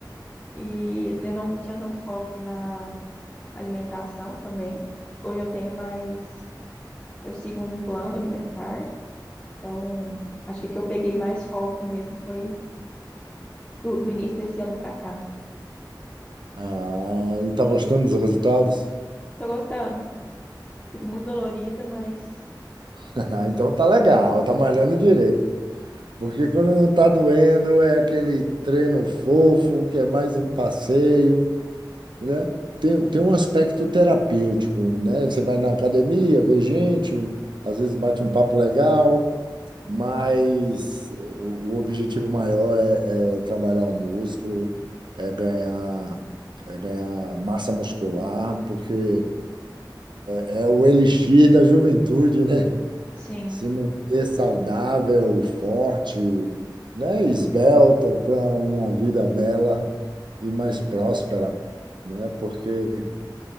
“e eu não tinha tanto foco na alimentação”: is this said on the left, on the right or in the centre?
Left